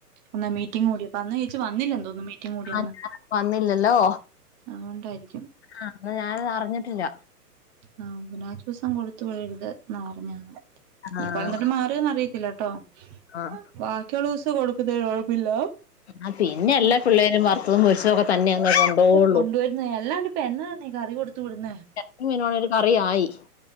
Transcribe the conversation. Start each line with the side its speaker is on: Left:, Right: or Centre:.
Right: അന്ന് മീറ്റിംഗ് കൂടീപ്പം അന്ന് ചേച്ചി വന്നില്ലാതോന്നു മീറ്റിംഗ് കൂടിയ
Left: ആഹ്
Right: അന്ന്
Left: ഞാൻ വന്നില്ലല്ലോ
Right: അതുകൊണ്ടാരിക്കും
Left: ആഹ് അത് ഞാന് അറിഞ്ഞിട്ടില്ല
Right: ആഹ് ബുധനാഴ്ച്ചൂസം കൊടുത്തു വിടരുത് ന്നാ പറഞ്ഞെന്ന്
Left: ആഹ്
Right: ഇപ്പൊ ഇന്നിട്ട് മാറിയോന്നറിയത്തില്ലട്ടോ
Left: ആഹ്
Right: <unintelligible> കൊടുക്കുന്നേന് കൊഴപ്പില്ല
Left: ആഹ് പിന്നെ
Right: <unintelligible>
Left: എല്ലാ പിള്ളേരും വറുത്തതും പൊരിച്ചതൊക്കെ തന്നെയാന്നേ കൊണ്ടോവുള്ളൂ
Right: കൊണ്ടുവരുന്നേ അല്ലാണ്ടിപ്പ എന്നതാന്നെ കറി കൊടു- ത്തുവിടുന്നേ
Left: ന്നും ഇയിനോരു കറിയായി